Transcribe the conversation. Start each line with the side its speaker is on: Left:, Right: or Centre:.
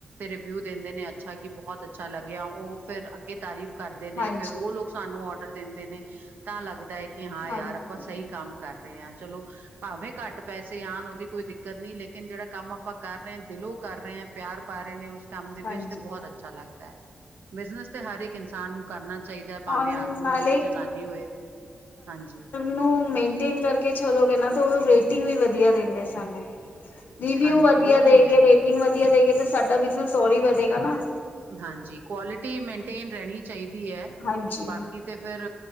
Right: ਰਿਵਿਊ ਦਿੰਦੇ ਨੇ ਅੱਛਾ ਕਿ ਬਹੁਤ ਅੱਛਾ ਲੱਗਿਆ ਉਹ ਫਿਰ ਅੱਗੇ ਤਾਰੀਫ ਕਰਦੇ ਨੇ,
Left: ਹਾਂਜੀ
Right: ਫਿਰ ਉਹ ਲੋਕ ਸਾਨੂੰ ਆਰਡਰ ਦਿੰਦੇ ਨੇ, ਤਾਂ ਲੱਗਦਾ ਹ ਕਿ ਹਾਂ
Left: ਹਾਂਜੀ
Right: ਯਾਰ ਆਪਾਂ ਸਹੀ ਕੰਮ ਕਰ ਰਹੇ ਆਂ, ਚਲੋ ਭਾਵੇ ਘੱਟ ਪੈਸੇ ਆਣ, ਉਹਦੀ ਕੋਈ ਦਿੱਕਤ ਨਹੀਂ ਲੇਕਿਨ ਜਿਹੜਾ ਕੰਮ ਆਪਾਂ ਕਰ ਰਹੇ ਆ, ਦਿਲੋਂ ਕਰ ਰਹੇ ਆਂ ਪਿਆਰ ਪਾ ਰਹੇ ਨੇ ਉਸ ਕੰਮ ਦੇ
Left: ਹਾਂਜੀ
Right: ਵਿੱਚ ਤੇ ਬਹੁਤ ਅੱਛਾ ਲੱਗਦਾ, ਬਿਜਨਸ ਤੇ ਹਰ ਇੱਕ ਇਨਸਾਨ ਨੂੰ ਕਰਨਾ ਚਾਹੀਦਾ ਭਾਵੇਂ
Left: ਔਰ
Right: ਆਦਮੀ
Left: ਨਾਲੇ
Right: ਹੋਵੇ ਜਨਾਨੀ ਹੋਵੇ ਹਾਂਜੀ
Left: ਨੋਂ, ਮੇਨਟੇਨ ਕਰਕੇ ਚਲੋਗੇ ਨਾ, ਤਾਂ ਉਹ ਰੇਟਿੰਗ ਵੀ ਵਧੀਆ ਰਹਿੰਦੇ ਸਾੰਨੁ। ਰਿਵੀਯੁ
Right: ਹਾਂਜੀ
Left: ਵਧੀਆ
Right: ਉਹ
Left: ਦੇਗੇ,
Right: ਤੇ ਹੈ
Left: ਰੇਟੀਂਗ ਦੇਗੇ ਤਾ ਸਾਡਾ ਬਿਜਨਸ ਔਰ ਹੀ ਵਧੇਗਾ ਨਾ।
Right: ਹਾਂਜੀ, ਕੁਆਲਿਟੀ ਮੇਨਟੇਨ ਰਹਿਣੀ ਚਾਹੀਦੀ ਹੈ,
Left: ਹਾਂਜੀ,
Right: ਬਾਕੀ ਤੇ ਫਿਰ,